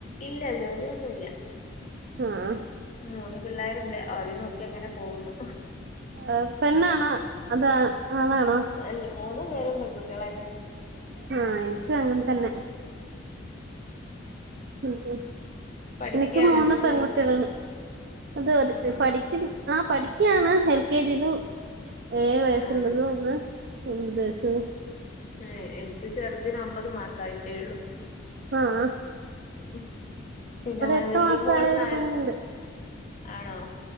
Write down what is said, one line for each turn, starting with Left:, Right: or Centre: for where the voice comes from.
Left: ഇല്ല ജോലിയൊന്നുല്ല
Right: ആ ആ
Left: മൂന്ന് പിള്ളാര്ണ്ട് ഓരേം നോക്കി അങ്ങനെ പോകുന്നു
Right: ഏ പെണ്ണാണോ അത് ആണാണോ
Left: അല്ല മൂന്നു പേരും പെൺകുട്ട്യളെന്നെ
Right: ആ എനിക്കും അങ്ങൻത്തെന്നെ ഉം ഉം
Left: പഠിക്കയാണോ
Right: എനിക്കും മൂന്ന്
Left: അതോ
Right: പെൺകുട്ട്യളാണ്
Left: ചെറു
Right: അത് ഒര്
Left: ആഹ്
Right: പടി ക്കുന്നു ആ പഠിക്ക്യാണ് എൽ കെ ജിലും ഏയ് വയസ്സ്ള്ളതും
Left: ആണോ
Right: ഒന്ന് ഒമ്പത് സ്സു
Left: ഏ എനിക്ക് ചെർതിന് ഒമ്പത് മാസായിട്ടേള്ളു
Right: ആ
Left: <unintelligible> പിന്നെ
Right: എട്ട്
Left: വെല്യ
Right: മാസായ
Left: മോള്
Right: ഒരു
Left: നാലും
Right: കുഞ്ഞുണ്ട്
Left: ആണോ